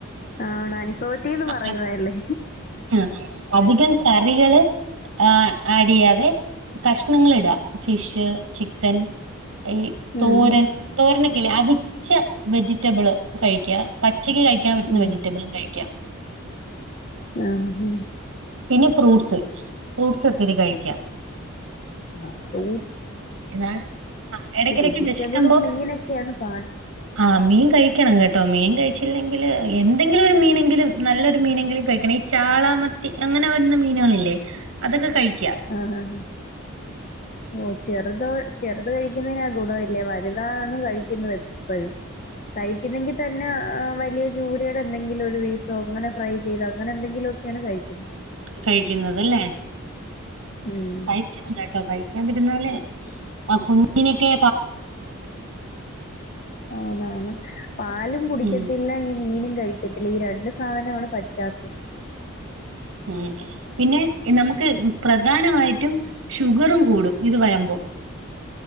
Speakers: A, on the left; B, on the right.
A: ആണ് അനുഭവത്തിന്ന് പറയുവല്ലേ
B: അ ആഹ് അധികം കറികള് ആ ആഡ് ചെയ്യാ തെ കഷ്ണങ്ങള് ഇടുക ഫിഷ് ചിക്കൻ ഈ തോരൻ
A: ഉം
B: തോരനൊക്കെല്ല അവിച്ച വെജിറ്റബിള് കഴിക്കുക പച്ചക്ക് കഴി <unintelligible>
A: ഉം
B: വെജിറ്റബ്ളും കഴിക്കാം
A: ആഹ് ഹ
B: പിന്നെ ഫ്രൂട്ട്സ് ഫ്രൂട്ട്സ് ഒത്തിരി കഴിക്കുക.
A: <inaudible> ആ ഫ്രൂ
B: ഇതാണ് എടക്കെടക്ക്
A: വെജിറ്റബിളും
B: വെഷക്കുമ്പോ
A: മീനൊക്കെയാണ് പാട്
B: ആ മീൻ കഴിക്കണം കേട്ടോ മീൻ കഴിച്ചില്ലെങ്കില് എൻ ന്തെങ്കിലൊരു മീന് ങ്കിലും നല്ലൊരു മീനെങ്കിലും കഴിക്കണെ ചാള മത്തി അങ്ങനെ വരുന്ന മീനുകളില്ലേ അതൊക്കെ കഴിക്കാ.
A: ആഹ് ആഹ് ഓച്ചെർ ചെറുതോ ചെറുത് കഴിക്കുന്നതിന ഗുണവില്ല വലുതാണ് കഴിക്കുന്നത് എപ്പഴും കഴിക്കുന്നെങ്കി തന്നെ വലിയ ചൂരെടെ എന്തെങ്കിലും ഒരു പീസോ അങ്ങനെ ഫ്രൈ ചെയ്തോ അങ്ങനെന്തങ്കിലു ഒക്കെയാണ് കഴിക്കുന്നത്
B: കഴിക്കുന്നതല്ലേ
A: ഉം.
B: കഴിക്കണം കേട്ടോ കഴിക്കാതിരുന്നാല് ആ കുഞ്ഞിനെക്കെ
A: അതാണ് പാലും കുടിക്കത്തില്ല
B: ഉം
A: ഈ മീനും കഴിക്കത്തില്ല ഈ രണ്ട് സാധനമാണ് പറ്റാത്തത്
B: മ് പിന്നെ നമു ക്ക് പ്രധാനമായിട്ടും ഷുഗറും കൂടും ഇത് വരുമ്പോ